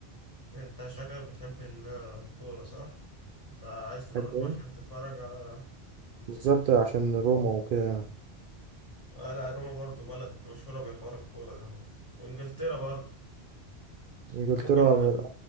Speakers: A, on the left (about 20°); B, on the right (about 60°).
A: انت شكلك بتحب الكورة صح انت عايز تروح
B: بحب
A: روما
B: إيه؟
A: عشان تتفرج على
B: بالظبط عشان روما وكده
A: آه لا روما برضو بلد مشهورة بحوار الكورة ده وانجلترا برضو
B: إنجلترا
A: ممكن